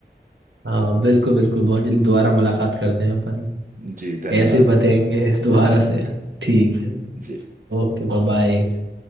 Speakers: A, on the right (about 85°); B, on the right (about 50°).
A: हाँ बिल्कुल बिल्कुल बहुत जल्दी दोबारा मुलाकात करते हैं अपन
B: जी धन्यवाद
A: ऐसे ही बताएंगे दोबारा
B: <laughs>
A: से ठीक है
B: जी
A: Okay bye bye.